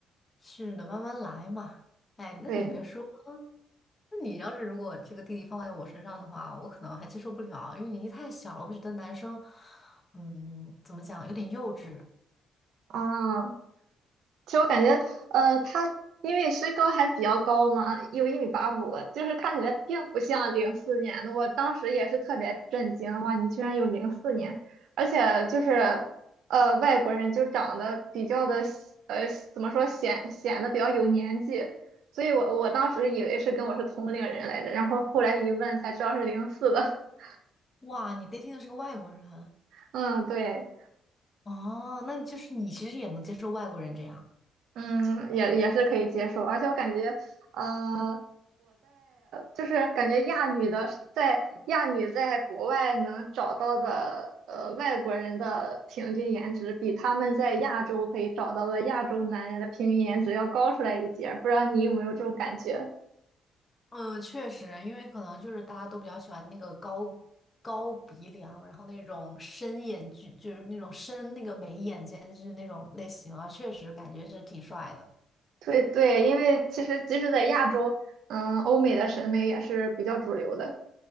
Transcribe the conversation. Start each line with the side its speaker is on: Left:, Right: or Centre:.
Left: 是的，慢慢来嘛。哎，那你别说，
Right: 对，
Left: 那你要是如果这个弟弟放在我身上的话，我可能还接受不了，因为年纪太小了，会觉得男生，嗯，怎么讲，有点幼稚。
Right: 哦。其实我感觉，呃，他因为身高还比较高嘛，有一米八五，就是看起来并不像零四年的。我当时也是特别震惊，哇，你居然有零四年，而且就是，呃，外国人就长得比较的，呃，怎么说显显得比较有年纪，所以我我当时以为是跟我是同龄人来着，然后后来一问才知道是零四的。<laughs>
Left: 哇，你 dating 的是个外国人，
Right: 嗯，对，
Left: 哦，那就是你其实也能接受外国人这样。
Right: 嗯，也也是可以接受，而且我感觉。呃就是感觉亚女的在亚女在国外能找到的呃外国人的平均颜值，比他们在亚洲可以找到的亚洲男人的平均颜值要高出来一截儿不知道你有没有这种感觉？
Left: 嗯，确实，因为可能就是大家都比较喜欢那个高高鼻梁，然后那种深眼距，就是那种深那个眉眼间距那种类型啊，确实感觉是挺帅的。
Right: 对对，因为其实即使在亚洲，嗯，欧美的审美也是比较主流的。